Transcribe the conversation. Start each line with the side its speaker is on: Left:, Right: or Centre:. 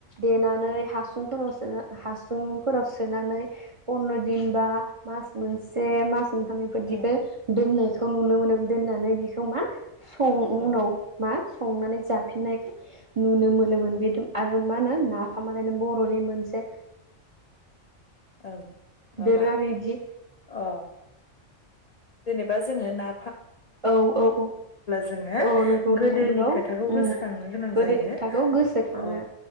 Right: देनानै हासु फोराव सोना हासुंफोराव सोनानै फन्द्र दिन बा मास मोनसे मास <unintelligible> बेफोरदिखौ
Left: उम
Right: दोननायखौ
Left: औ
Right: नुनो
Left: औ
Right: मोनो दोननानै <unintelligible> <unintelligible> उनाव
Left: औ
Right: मा संनानै जाफिननायखौ नुनो मोनोमोन बेद आरो मा होनो नाफामालाय नों बर <unintelligible> नि मोनसे
Left: ओं माबा
Right: दोरोङारि बिदि
Left: अ जेनेबा जोङो ना
Right: औ औ औ
Left: जोङो
Right: औ नंगौ
Left: गोदोनि
Right: नोंथां बेखौ
Left: खोथाखौ
Right: उम
Left: गोसोखांनो गोनां
Right: गोदोनि
Left: जायो
Right: खोथाखौ गोसोखाङो
Left: औ